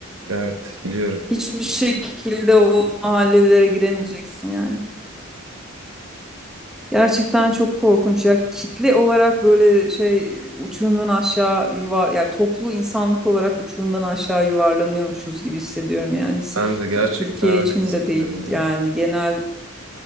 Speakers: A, on the right; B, in the centre.
A: Evet, biliyorum.
B: Hiçbir şekilde o mahallelere giremeyeceksin yani. Gerçekten çok korkunç ya. Kitle olarak böyle şey uçurumdan aşağı yuvar ya toplu insanlık olarak uçurumdan aşağı yuvarlanıyormuşuz gibi hissediyorum yani. Sırf
A: Ben de gerçekten
B: Türkiye
A: öyle
B: için
A: hissediyorum
B: de değil yani
A: ya.
B: genel